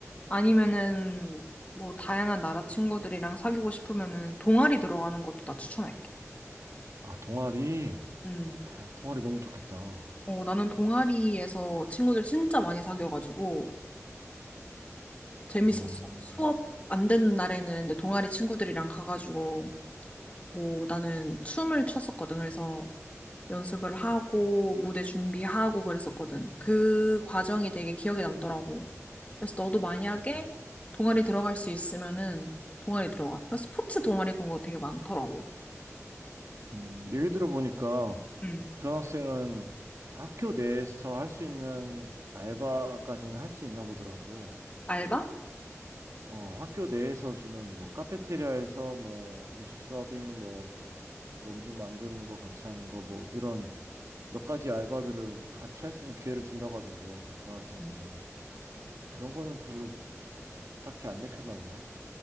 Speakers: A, on the left; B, on the right.
A: 아니면은 뭐 다양한 나라 친구들이랑 사귀고 싶으면은 동아리 들어가는 것도 나 추천할게.
B: 아, 동아리.
A: 음.
B: 동아리 너무 좋겠다.
A: 어 나는 동아리에서 친구들 진짜 많이 사귀어가지고 재밌었어.
B: 음,
A: 수업 안 되는 날에는 이제 동아리 친구들이랑 가가지고 뭐 나는 춤을 췄었거든. 그래서 연습을 하고 무대 준비하고 그랬었거든. 그 과정이 되게 기억에 남더라고. 그래서 너도 만약에
B: 음,
A: 동아리 들어갈 수 있으면은 동아리 들어가. 그래서 스포츠 동아리 그런 거 되게 많더라고.
B: 음. 얘기 들어보니까
A: 응,
B: 교환학생은 학교 내에서 할 수 있는 알바까지는 할 수 있나 보더라고.
A: 알바?
B: 어, 학교 내에서 주는 뭐 카페테리아에서 뭐 음식 서빙 뭐, 뭐 음식 만드는 거 같이 하는 거 뭐 이런 몇 가지 알바들을 같이 할 수 있는 기회를 준다고 하던데 교환학생들은
A: 응.
B: 그런 거는 별로 딱히 안 내켰나 보네.